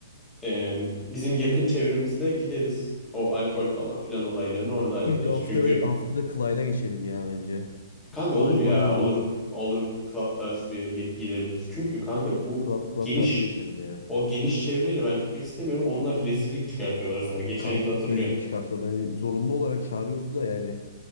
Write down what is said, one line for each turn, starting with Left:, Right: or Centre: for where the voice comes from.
Centre: Ee, bizim yakın çevremizle gideriz. O alkol falan filan olaylarını orada hallederiz.
Left: Bak after'a
Centre: Çünkü
Left: after'a Clyde'a geçelim ya bence.
Centre: Kanka olur
Left: Clyde
Centre: ya
Left: bayağı iyi
Centre: olur
Left: olur.
Centre: olur club tarzı bir yere git, gidebiliriz. Çünkü kanka bu
Left: Club club
Centre: geniş
Left: tarzı geçelim ya.
Centre: o geniş çevreyle ben gitmek istemiyorum. Onlar rezillik çıkartıyorlar sonra. Geçen
Left: Kanka
Centre: yıl hatırlıyorsun.
Left: çok rezillik çıkarsa orada. Yani zorunlu olarak çağırıyoruz da yani.